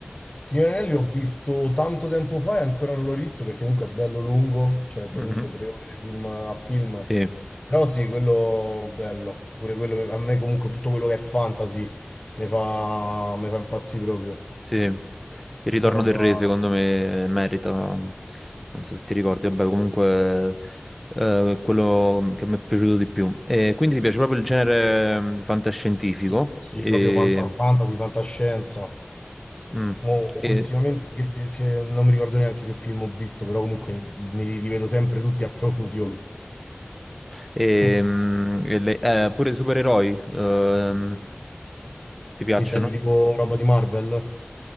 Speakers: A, on the left; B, in the centre.
A: Signore Anelli l'ho visto tanto tempo fa e ancora non l'ho rivisto perché comunque è bello lungo, cioè d-
B: Mhm.
A: comunque tre ore di film a film.
B: Sì.
A: Però sì, quello bello, pure quello, a me comunque tutto quello che è fantasy mi fa, mi fa impazzire proprio.
B: Sì, il
A: Tutta
B: ritorno
A: roba,
B: del re secondo me merita, non so se ti ricordi, vabbè comunque eh, è quello che mi è piaciuto di più. E quindi ti piace proprio il genere mm, di fantascientifico
A: sì, sì,
B: e,
A: proprio fanta- fantasy, fantascienza.
B: mm,
A: Mo
B: e-
A: ultimamente che, vi- che non mi ricordo neanche che film ho visto, però comunque me li rivedo sempre tutti a profusione.
B: e,
A: <laughs>
B: mm, e le- eh, pure i supereroi ehm, ti piacciono?
A: Che intendi tipo roba di Marvel?